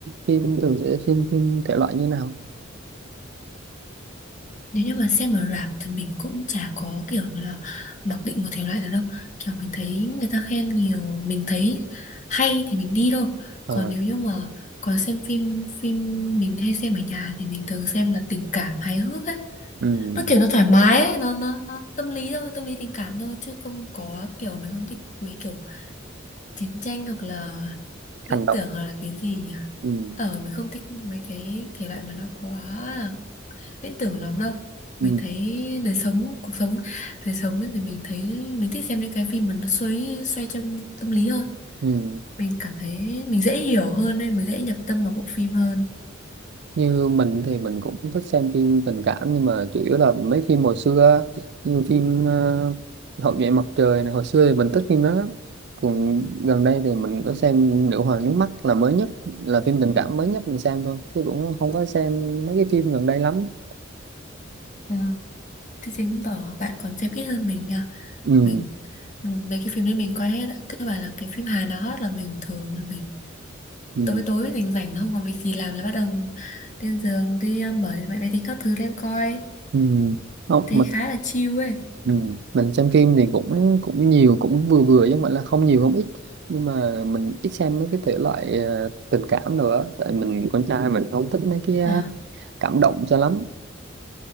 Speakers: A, on the right; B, on the left.
A: phim thường sẽ xem phim thể loại như nào
B: nếu như mà xem ở rạp thì mình cũng chả có kiểu là mặc định một thể loại nào đâu kiểu mình thấy người ta khen nhiều mình thấy hay thì mình đi thôi
A: Ờ,
B: còn nếu như mà còn xem phim phim mình hay xem ở nhà thì mình thường xem là tình cảm hài hước ấy
A: ừ,
B: nó kiểu nó thoải mái ấy nó nó nó tâm lý thôi tâm lý tình cảm thôi chứ không có kiểu mình không thích mấy kiểu chiến tranh hoặc là viễn
A: hành động
B: tưởng hoặc là cái gì nhỉ
A: ừ,
B: ở mình không thích mấy cái thể loại mà nó quá viễn tưởng lắm đâu
A: ừ,
B: mình thấy đời sống cuộc sống đời sống thì mình thấy mình thích xem những cái phim mà nó xoay xoay trong tâm lý hơn
A: ừ.
B: mình cảm thấy mình dễ hiểu hơn nên mình dễ nhập tâm vào bộ phim hơn
A: như mình thì mình cũng thích xem phim tình cảm nhưng mà chủ yếu là mấy phim hồi xưa á, như phim uh, Hậu duệ mặt trời này hồi xưa thì mình thích phim đó lắm còn gần đây thì mình có xem Nữ hoàng nước mắt là mới nhất là phim tình cảm mới nhất mình xem thôi chứ cũng không có xem mấy cái phim gần đây lắm
B: Ờ, thế chứng tỏ bạn còn xem ít hơn mình nha
A: ừ
B: mình mấy cái phim đấy mình coi hết ạ các bạn là cái phim Hàn nào hot là mình thường là mình
A: ừ
B: tối tối rảnh rảnh nó không còn việc gì làm là bắt đầu lên giường đi ờ, mở máy máy tính các thứ lên coi
A: ừ không
B: thấy
A: mình
B: khá là chill ấy
A: ừ. mình xem phim thì cũng cũng nhiều cũng vừa vừa chứ không phải là không nhiều không ít nhưng mà mình ít xem mấy cái thể loại ờ, tình cảm nữa tại mình con trai mình không thích mấy cái
B: à.
A: cảm động cho lắm